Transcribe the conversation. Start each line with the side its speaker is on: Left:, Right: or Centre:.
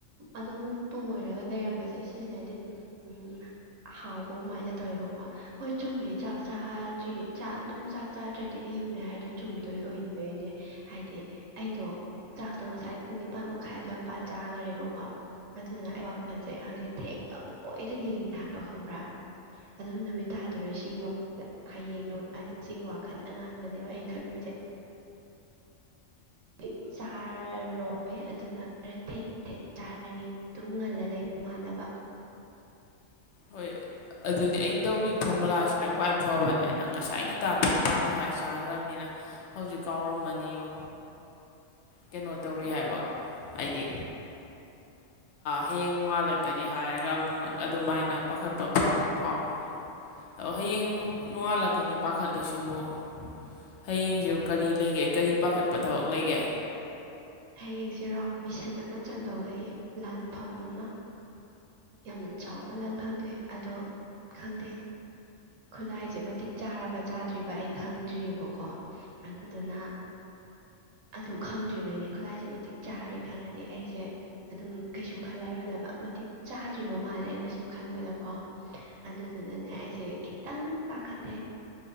Right: ꯑꯗꯨꯝ ꯇꯣꯏꯔꯒ ꯂꯩꯔꯝꯕꯁꯦ ꯁꯤꯖꯤꯅꯗꯤ ꯎꯝ ꯍꯥꯎꯕ ꯎꯃꯥꯏꯅ ꯇꯧꯋꯦꯕꯀꯣ ꯍꯣꯏ ꯆꯨꯝꯃꯦ ꯆꯥꯛ ꯆꯥꯗ꯭ꯔꯤ ꯆꯥꯛ ꯑꯗꯨꯝ ꯆꯥꯛ ꯆꯥꯗ꯭ꯔꯗꯤ ꯑꯌꯨꯛꯅꯦ ꯍꯥꯏꯗꯣ ꯆꯨꯝꯗꯣꯏ ꯑꯣꯏꯗꯣꯏꯅꯦ ꯍꯥꯏꯗꯤ ꯑꯩꯗꯣ ꯆꯥꯛꯇꯣ ꯉꯁꯥꯏ ꯄꯨꯡ ꯅꯤꯄꯥꯥꯟ ꯃꯈꯥꯏ ꯑꯗꯨꯋꯥꯏ ꯃꯄꯥ ꯆꯥꯒꯔꯦꯕꯀꯣ ꯑꯗꯨꯗꯨꯅ ꯑꯩ ꯋꯥꯈꯟꯖꯦ ꯍꯧꯖꯤꯛ ꯊꯦꯡꯉꯥꯕꯣꯏꯗ ꯅꯤꯡꯉꯤ ꯍꯥꯏꯕ ꯈꯪꯕ꯭ꯔꯥ ꯑꯗꯨꯝ ꯅꯨꯃꯤꯠ ꯇꯥꯗꯣꯔꯦ ꯁꯤꯒꯤ ꯋꯥ ꯍꯌꯦꯡ ꯍꯥꯏꯅꯤ ꯁꯤꯒꯤ ꯋꯥꯈꯟꯗ ꯉꯥꯛꯇꯅꯦꯕ ꯑꯩꯅ ꯈꯟꯂꯤꯖꯦ ꯗꯤ ꯆꯥꯔꯔꯣꯏ ꯑꯗꯨꯅ ꯈꯔ ꯊꯦꯡꯅ <unintelligible> ꯆꯥꯔꯅꯤ ꯗꯨꯝ ꯉꯜꯂ ꯂꯩꯕ ꯃꯥꯟꯅꯕ
Left: ꯍꯣꯏ ꯑꯗꯨꯅꯦ ꯑꯩꯅ ꯇꯧꯔꯤ ꯐꯣꯔꯃꯨꯂꯥꯁꯤꯅ ꯈ꯭ꯋꯥꯏ ꯐꯕꯅꯦ ꯅꯪ ꯉꯁꯥꯏ ꯉꯟꯇꯥ ꯄꯨꯡ ꯅꯤꯄꯥꯟ ꯃꯈꯥꯏ ꯆꯥꯒꯔꯝꯅꯤꯅ ꯍꯧꯖꯤꯛ ꯀꯥꯎꯔꯃꯅꯤ ꯌꯣ ꯀꯩꯅꯣ ꯇꯧꯔꯤ
Right: ꯍꯣꯏ
Left: ꯍꯥꯏꯕ ꯍꯥꯏꯗꯤ ꯍꯌꯦꯡ ꯅꯣꯡꯉꯥꯜꯂꯛꯀꯅꯤ ꯍꯥꯏꯔꯒ ꯑꯃꯨꯛ ꯅꯪ ꯑꯗꯨꯃꯥꯏꯅ ꯄꯥꯈꯠꯄ ꯐꯥꯎꯔꯤ ꯍꯌꯦꯡ ꯅꯣꯡꯉꯥꯜꯂꯛꯀꯅꯤ ꯄꯥꯈꯠꯂꯤꯁꯤꯕꯨ ꯍꯌꯦꯡꯁ ꯀꯔꯤ ꯂꯩꯒꯦ ꯀꯔꯤ ꯄꯥꯈꯠꯄ ꯊꯕꯛ ꯂꯩꯒꯦ
Right: ꯍꯌꯦꯡꯁꯤꯔꯣ ꯃꯤꯁꯟ ꯑꯃ ꯆꯥꯡꯗꯧ ꯂꯩꯌꯦ ꯂꯥꯟꯐꯝ ꯑꯃ ꯌꯥꯝꯅ ꯆꯥꯎꯕ ꯂꯥꯟꯐꯝꯅꯦ ꯑꯗꯣ ꯈꯪꯗꯦ ꯈꯨꯠꯂꯥꯏꯁꯦ ꯃꯇꯤꯛ ꯆꯥꯔꯕ ꯆꯥꯗ꯭ꯔꯤꯕ ꯑꯩ ꯈꯪꯗ꯭ꯔꯤꯑꯕꯀꯣ ꯑꯗꯨꯗꯨꯅ ꯑꯗꯨ ꯈꯪꯗ꯭ꯔꯤꯕꯩꯅꯦ ꯈꯨꯠꯂꯥꯏꯁꯦ ꯃꯇꯤꯛ ꯆꯥꯔꯦ ꯈꯪꯉꯗꯤ ꯑꯩꯁꯦ ꯑꯗꯨꯝ ꯀꯩꯁꯨ ꯈꯜꯂꯔꯣꯏꯗꯕ ꯃꯇꯤꯛ ꯆꯥꯗ꯭ꯔꯤꯕ ꯃꯥꯜꯂꯦ ꯑꯩꯅ ꯁꯨꯝ ꯈꯟꯕꯗꯀꯣ ꯑꯗꯨꯗꯨꯅꯅꯦ ꯑꯩꯁꯦ ꯈꯤꯇꯪ ꯄꯥꯈꯠꯂꯦ